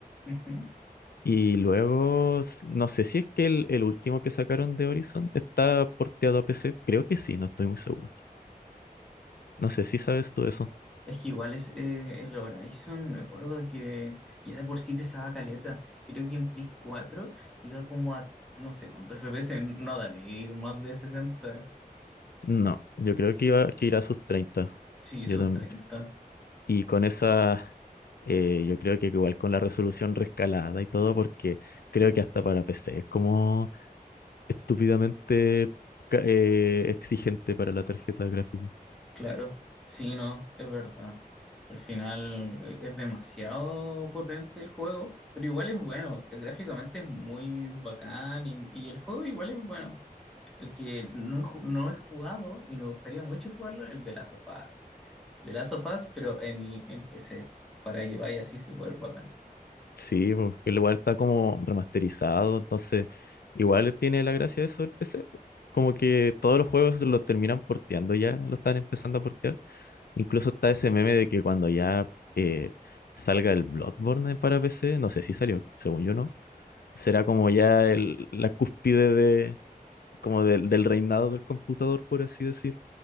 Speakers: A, in the centre; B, on the left.
A: Ujú.
B: y luego, s- no sé si es que el, el último que sacaron de Horizon está porteado a PC, creo que sí, no estoy muy seguro. No sé si sabes tú eso.
A: Es que igual es eh, el Horizon, me acuerdo que ya de por sí pesaba caleta. Creo que en Play cuatro iba como a no sé cuántos FPS, no debe ir más de sesenta
B: No, yo creo que iba que irá a sus treinta,
A: Sí,
B: Yo
A: sus
B: tam-
A: treinta
B: Y con esa, eh, yo creo que igual con la resolución rescalada y todo, porque creo que hasta para PC es como estúpidamente ca- eh, exigente para la tarjeta gráfica.
A: claro. Sí, no, es verdad. Al final eh, es demasiado potente el juego, pero igual es bueno. Gráficamente es muy bacán y, y el juego igual es bueno. El que no he, ju- no he jugado y me gustaría mucho jugarlo, el de Last of Us. El de Last of Us, pero en, en PC, para que vaya así súper bacán.
B: Sí, porque el lugar está como remasterizado, entonces igual tiene la gracia eso del PC. po. Como que todos los juegos los terminan porteando ya, lo están empezando a portear. Incluso está ese meme de que cuando ya eh, salga el Bloodborne para PC, no sé si salió, según yo no, será como ya el- la cúspide de, como del, del reinado del computador, por así decir.